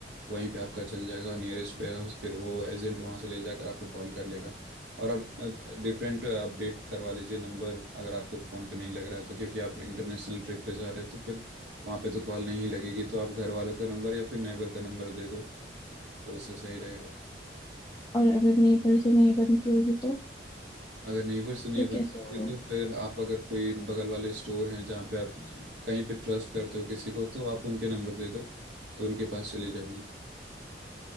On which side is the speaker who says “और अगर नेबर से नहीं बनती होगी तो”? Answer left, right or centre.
Left